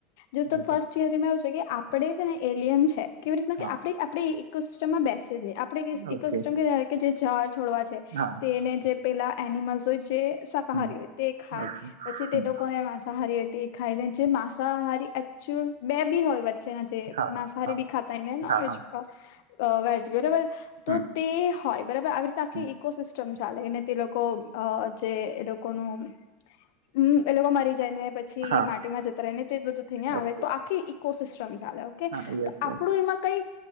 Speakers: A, on the left; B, on the right.
A: જો તો
B: ઓકે
A: ફર્સ્ટ જેથીમાં એવું છે કે આપડે છે ને એલિયન છે કેવી રીતના
B: હા
A: કે આપડે આપડી ઇકોસિસ્ટમમાં બેસ્ટ સે જ ની આપડે
B: ઓકે
A: ઇકોસિસ્ટમ ક કે જે ઝાર છોડવા છે
B: હા
A: તેને જે પેલા એનિમલ્સ જે શાકાહારી
B: હમ
A: હોય તે ખાય
B: ઓકે
A: પછી
B: હમ
A: તે લોકોને માંસાહારી હોય હતી એ ખાઈ દે જે માંસાહારી એકચુઅ બે બી હોય ના જે
B: હા
A: માંસાહારી
B: હા
A: ભી ખાતા ને નોન
B: હા
A: વેજ
B: હા
A: વેજ બરોબર તો
B: હમ
A: તે હોય બરાબર આવી રીતે આખી
B: હમ
A: ઇકોસિસ્ટ સ ચાલેને તે લોકો અ જે એ લોકોનું હમ એ લોકો મારી જાય ને પછી
B: હા
A: માટીમાં જતા રહેય ને તે જ બધું થઈ ને આવે
B: ઓકે
A: તો આખી કોસિસ્ટ્રમ ચાલે ઓકે
B: હા યસ યસ
A: આપણું એમાં કઈ